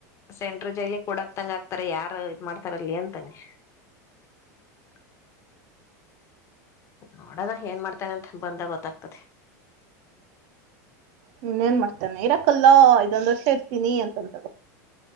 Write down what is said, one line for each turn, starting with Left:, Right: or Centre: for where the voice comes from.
Left: ಸೆಂಟ ಜೈಲಿ ಕೂಡಕ್ ತಂಗ ಆಕ್ತಾರ ಯಾರ ಇದ ಮಾಡ್ತಾರಲ್ಲಿ ಅಂತಾನೆ <inaudible> <unintelligible> ನೋಡಣ ಏನ್ ಮಾಡ್ತೇನೆ ಅಂತ ಬಂದಾಗ ಗೊತ್ತಾಗ್ತದೆ
Right: ಹ ಏನ್ ಮಾಡ್ತೇನೆ ಇರಕಲ್ಲ ಇದೊಂದ್ ವರ್ಷ ಇರ್ತೀನಿ ಅಂತಂತದ